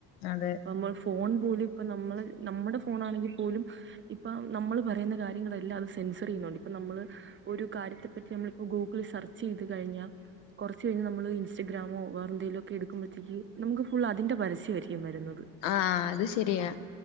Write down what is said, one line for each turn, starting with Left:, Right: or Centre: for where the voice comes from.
Left: അതെ
Right: ഇപ്പ നമ്മൾ ഫോൺ പോലി ഇപ്പ നമ്മള് നമ്മുടെ ഫോണാണെങ്കിൽ പോലും ഇപ്പ നമ്മള് പറയുന്ന കാര്യങ്ങളെല്ലാം അത് സെൻസർ ചെയ്യുന്നുണ്ട്. ഇപ്പ നമ്മള് ഒരു കാര്യത്തെപ്പറ്റി നമ്മളിപ്പോ ഗൂഗിള സെർച്ച് ചെയ്ത് കഴിഞ്ഞാ കുറച്ച് കഴിഞ്ഞാൽ നമ്മള് ഇൻസ്ഗ്രമോ വേറെ എന്തേങ്കിലൊക്കെ എടുക്കുമ്പോഴത്തേക്ക് നമുക്ക് ഫുൾ അതിന്റെ. ക്കും വരുന്നത്.
Left: ആഹ് അത് ശരിയാ